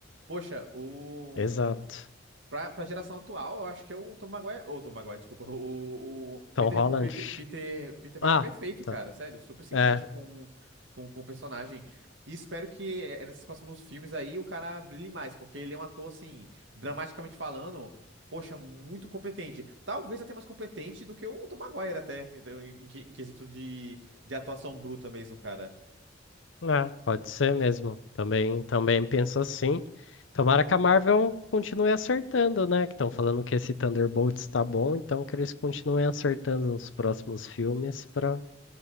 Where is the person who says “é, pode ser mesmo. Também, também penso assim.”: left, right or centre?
Left